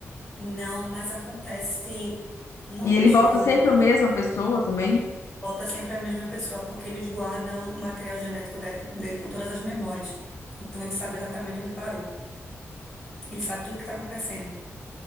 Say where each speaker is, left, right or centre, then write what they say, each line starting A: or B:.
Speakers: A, in the centre; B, on the left.
A: Não, mas acontece muitas
B: E ele volta
A: coisas.
B: sempre a mesma pessoa também?
A: Volta sempre a mesma pessoa, porque eles guardam o material genético dele dele com todas as memórias. Então ele sabe exatamente onde parou. Ele sabe tudo o que está acontecendo.